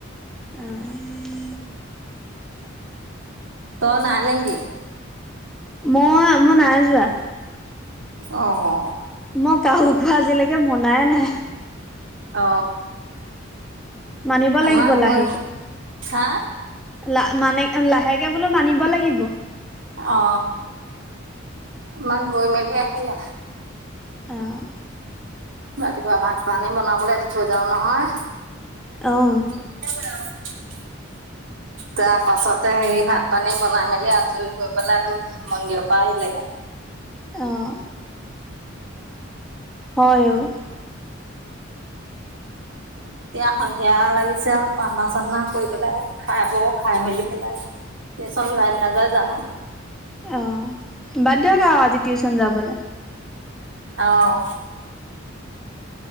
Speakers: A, in the centre; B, on the right.
A: এ
B: ত নাই নেকি?
A: মই, এ মই নাই যোৱা।
B: অ অ অ।
A: মই কাহু খোৱা আজিলৈকে মনায়ে নাই।
B: অ।
A: মানিব
B: আমাৰ
A: লাগিব
B: গৈ
A: লাহেকে।
B: হা
A: লাহ মানে লাহেকে বোলো মানিব লাগিব।
B: অ, মাক গৈ মেলি আহিলে?
A: অঁ।
B: ৰাতিপুৱা ভাত - পানী বনাবলে দি থৈ যাও নহয়।
A: অহ'।
B: <unintelligible> তাৰ পাছতে সেই ভাত - পানী বনাই মেলি আজৰি হৈ পেলাই আকৌ মন্দিৰৰ পৰা আহিলেগে।
A: অ'। হয় অ'।
B: এতিয়া সন্ধিয়া লাগিছে আৰু পাৰ্থনা-সাৰ্থনা কৰি পেলাই খাই আকৌ খাই মেলি পেলাই টিউচন যায় নাযায় জানো?
A: অ', বাদ দিয়ক আৰু আজি টিউচন যাবলৈ।
B: অহ'।